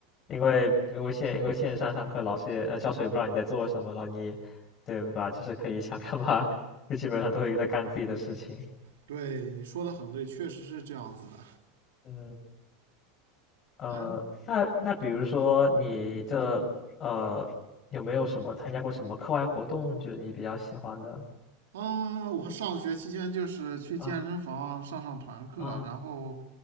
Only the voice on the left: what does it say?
因为因为线因为线上上课，老师也呃教授也不知道你在做什么，然后你对吧，就是可以想干嘛，就基本上都会在干自己的事情。
嗯，呃，
那那比如说你这呃有没有什么参加过什么课外活动，就是你比较喜欢的
啊啊